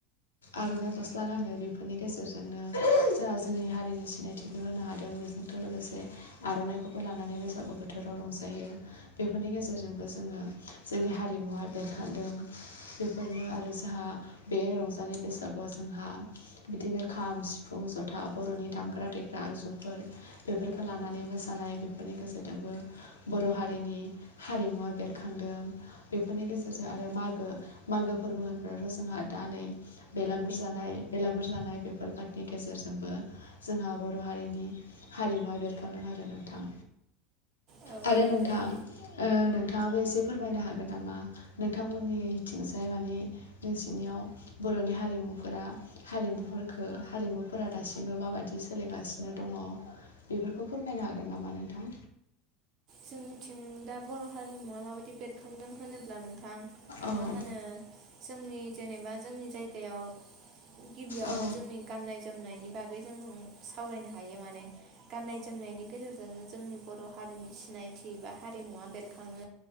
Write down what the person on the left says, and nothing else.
आर'नाइ गस्ला गानो बेफोरनि गेजेरजोंनो जोंहा जोंनि हारिनि सिनायथिबो होनो हादों। आोंथ' लोगोसे आर'नाइखौबो लानानै बैसागु बोथोर बोथोराव रंजायो बेफोरनि गेजेरजोंबो जोङो जोंनि हारिमुवा बेरखांदों बेफोरनो आरो जोंहा बे रंजालि बैसागुआव जोंहा बिदिनो खाम सिफुं जथा बर'नि दामग्रा देग्रा आगजुफोर। बेफोरखौ लानानै मोसानाय बेफोरनि गेजेरजोंबो बर' हारिनि हारिमुवा बेर खांदों बेफोरनि गेजेरजों आरो मागो मागो फोरबो होनबथ' जोंहा दा नै बेलागुर जानाय बेलागुर जानाय बेफोर बादनि गेजेरजोंबो जोंहा बर' हारिनि हारिमुवा बेरखांदों आरो नोंथां।
आरो
नोंथां
ओ नोंथां। नोंथाङाबो एसे फोरमायनो हागोन नामा नोंथांमोननिथिंजाय मानि नोंसिनियाव बर'नि हारिमुफोरा हारिमुख हारिमुफोरा दासिमबो माबायदि सोलिगासिनो दङ। बेफोरखौ फोरमायनो हागोन नामा नोंथां?
औ
औ